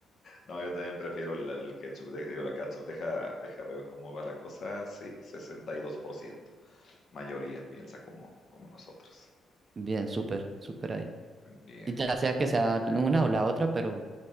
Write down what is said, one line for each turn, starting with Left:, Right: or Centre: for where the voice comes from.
Left: no, yo también prefiero el, el ketchup, de- digo, la catsup. Deja, deja ver cómo va la cosa. Sí, 62%, Mayoría piensa como, como nosotros.
Right: <laughs> Bien, súper, súper ahí.
Left: Bien,
Right: Ya sea que sea una o la otra, pero